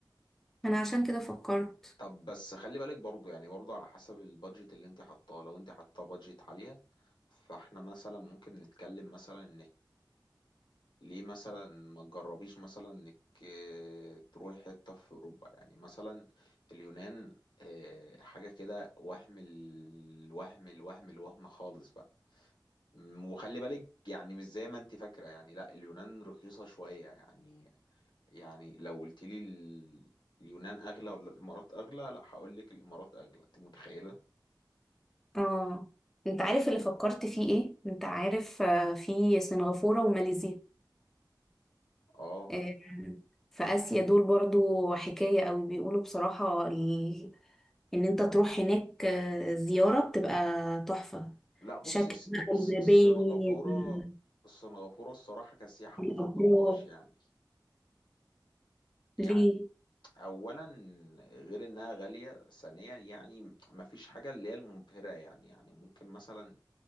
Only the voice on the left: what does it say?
طب بس خلي بالك برضو يعني برضو على حسب البادجت اللي انت حطاه لو انت حطاه بادجت عالية فاحنا مثلا ممكن نتكلم مثلا انك ليه مثلا ما تجربيش مثلا انك آه، تروحي حتة في اوروبا يعني مثلا اليونان آه، حاجة كده وهم الوهم الوهم الوهم خالص بقى م- وخلي بالك يعني مش زي ما انت فاكرة يعني لا اليونان رخيصة شوية يعني يعني لو قلت لي ال- اليونان اغلى ولا الامارات اغلى لا هقول لك الامارات اغلى انت متخيلة
اه
لا بصي
س-
س-
سنغافورة
سنغافورة الصراحة كسياحة
ما فضلهاش يعني يعني
اولا غير انها غاليه ثانيا يعني مفيش حاجه اللي هي المبهره يعني يعني ممكن مثلا